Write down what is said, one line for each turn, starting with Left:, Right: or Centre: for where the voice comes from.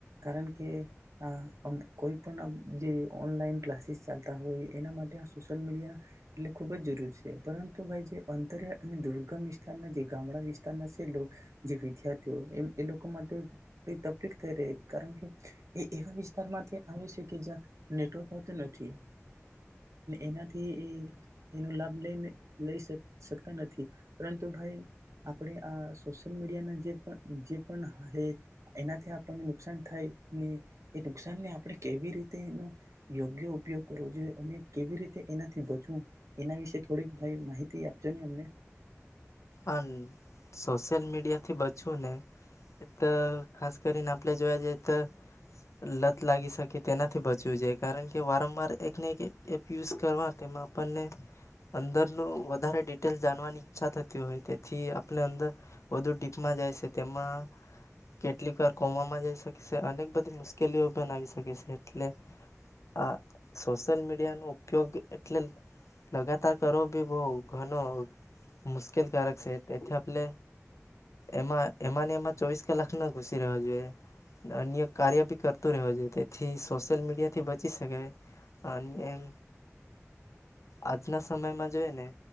Right: કારણ કે આમ કોઈ પણ જે ઓનલાઈન ક્લાસીસ ચાલતા હોય એના માટે આ સોશિયલ મીડિયા એટલે ખૂબ જ જરૂરી છે પરંતુ ભાઈ જે અંતરિયા અને દુર્ગમ વિસ્તારના જે ગામડા વિસ્તારના છેલો જે વિદાર્ એ લોકો માટે તકલીફ થઈ રહી. કારણ કે એ એવા વિસ્તારમાંથી આવે શે કે જ્યાં નેટવર્ક હોતો નથી. એનાથી એ એનો લાભ લઈને લઈ શકતા નથી. પરંતુ ભાઈ આપણે આ સોશયલ મીડિયાના ને જે પણ જે પણ હ એનાથી આપણને નુકસાન થાય ને એ નુકસાનને આપણે કેવી રીતે એનો યોગ્ય ઉપયોગ કરવો જોઈએ અને કેવી રીતે એનાથી બચવું એના વિશે થોડીક ભાઈ માહિતી આપજો ને અમને.
Left: આ સોશિયલ મીડિયાથી બચવું ને એ તો ખાસ કરીને આપણે જોયા જઈએ તો લત લાગી શકે તેનાથી બચવું જોઈ કારણ કે વારંવાર એકને એક એપ યુઝ કરવા તેમાં આપણને અંદરનું વધારે ડિટેલસ જાણવાની ઈચ્છા થતી હોય તેથી આપને અંદર વધુ ડીપમાં જાય છે તેમાં કેટલીક વાર કોમવામાં જાય શકે છે અનેક બધી મુશ્કેલીઓ પણ આવી શકે છે એટલે આ સોશિયલ મીડિયાનો ઉપયોગ એટલે લગાતાર કરો બી બવ ઘણો મુશ્કેલકારક શે. તેથી આપણે એમાં એમાંને એમાં ચોવીસ કલાક ન ઘુસી રહેવા જોઈએ અન્ય કાર્ય બી કરતું રહેવું જોઈએ તેથી સોશિયલ મીડિયાથી બચી શકે અને એમ આજના સમયમાં જોઈએ ને